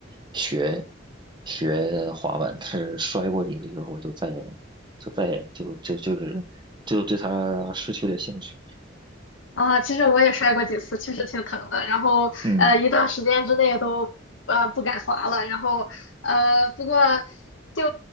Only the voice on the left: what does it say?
啊，其实我也摔过几次，确实挺疼的。然后呃，
一段时间之内都呃不敢滑了。然后呃，不过就